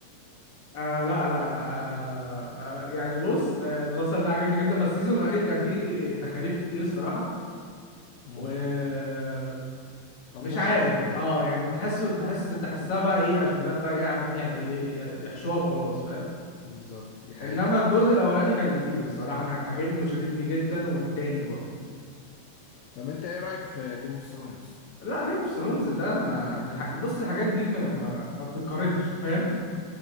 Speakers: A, on the left (about 50°); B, on the left (about 80°).
A: آه لا لا لا آه آه يعني بص آه المسلسل ده عجبني جدا بس السيزون الاخير كان فيه تخاريف كتير الصراحه
B: امم
A: ومش
B: افواره
A: عارف
B: شويه
A: يعني اه يعني تحسه تحس تحسها بقى ايه اجندات بقى ايه عمالين يح- يح- يحشوها وخلاص فاهم
B: بالظبط دي حقيقة
A: انما الجزء الاولاني كان لذيذ الصراحه كان عاجبني وشددني جدا والتاني برضه
B: طب انت ايه رأيك في جيم اوف ثرونز؟
A: لا جيم اوف ثرونز ده ما من الح... بص الحاجات دي ما ما, ما بتتقارنش فاهم